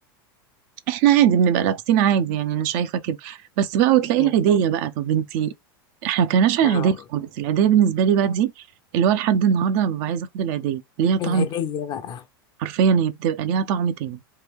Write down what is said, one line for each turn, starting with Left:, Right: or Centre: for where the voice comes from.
Right: احنا عادي بنبقى لابسين عادي يعني انا شايفه كده بس بقى وتلاقي
Left: مم.
Right: العيديه بقى طب انتي احنا ما كناش على
Left: اه
Right: العيديه خالص العيديه بالنسبه لي بقى دي اللي هو لحد النهارده انا ببقى عايزه اخد العيديه ليها طعم
Left: العيدية
Right: تاني
Left: بقى
Right: حرفيا هي بتبقى ليها طعم تاني